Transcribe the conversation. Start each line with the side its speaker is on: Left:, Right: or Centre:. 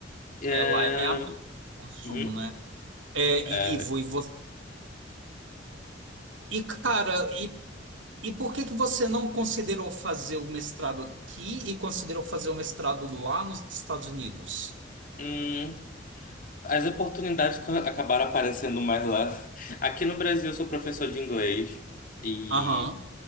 Left: É,
Right: É, lá é a consumo,
Left: uhum,
Right: né? É,
Left: é,
Right: Ivo, e você. E, cara, e E por que que você não considerou fazer o mestrado aqui e considerou fazer o mestrado lá nos Estados Unidos?
Left: hum, As oportunidades co- acabaram aparecendo mais lá. Aqui no Brasil, eu sou professor de inglês e
Right: Aham.